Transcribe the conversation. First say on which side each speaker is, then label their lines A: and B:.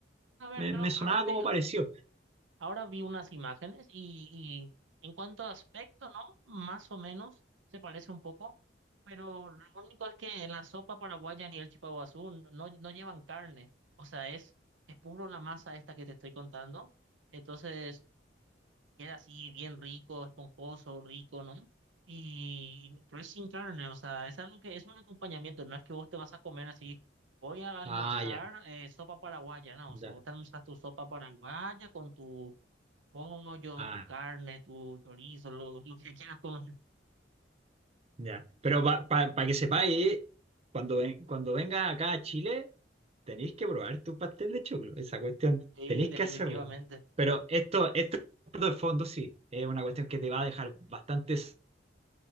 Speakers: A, on the right (about 85°); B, on the right (about 35°).
A: A ver,
B: Me,
A: creo
B: me
A: que
B: sonaba
A: ahora estoy,
B: como pareció.
A: Ahora vi unas imágenes y, y en cuanto a aspecto, ¿no? Más o menos se parece un poco, pero lo único es que la sopa paraguaya ni el chipaguazú no, no no llevan carne, o sea, es, es puro la masa esta que te estoy contando, entonces queda así bien rico, esponjoso, rico, ¿no? Y, pero es sin carne, o sea, es algo que es un acompañamiento, no es que vos te vas a comer así. Voy a almorzar
B: Ah, ya,
A: eh, sopa paraguaya, ¿no?
B: ya.
A: O sea, vos te almorzas tu sopa paraguaya con tu pollo,
B: Ah,
A: tu carne, tu chorizo, lo, lo que quieras comer.
B: Ya. Pero para que sepáis, eh, cuando, ven- cuando vengas acá a Chile, tenéis que probar tu pastel de choclo, esa cuestión.
A: Sí,
B: Tenéis
A: definitivamente.
B: que hacerla. Pero esto, esto de fondo sí, es una cuestión que te va a dejar bastantes